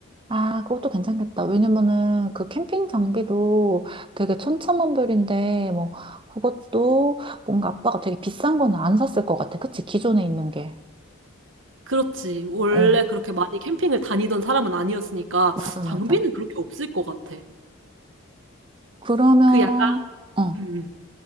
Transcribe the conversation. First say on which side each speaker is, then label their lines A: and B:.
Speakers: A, on the right (about 25°); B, on the right (about 65°).
A: 아, 그것도 괜찮겠다. 왜냐면은 그 캠핑 장비도 되게 천차만별인데, 뭐, 그것도 뭔가 아빠가 되게 비싼 거는 안 샀을 것 같아. 그치? 기존에 있는 게.
B: 그렇지 원래
A: 어,
B: 그렇게 많이 캠핑을 다니던 사람은 아니었으니까
A: 맞아,
B: 장비는
A: 맞아.
B: 그렇게 없을 것 같아
A: 그러면,
B: 그 약간
A: 어,
B: 음.